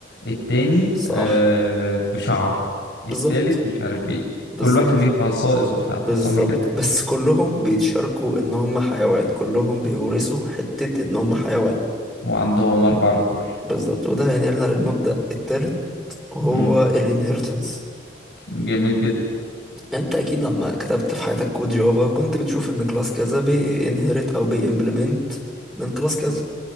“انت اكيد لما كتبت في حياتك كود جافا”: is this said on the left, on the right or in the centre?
Centre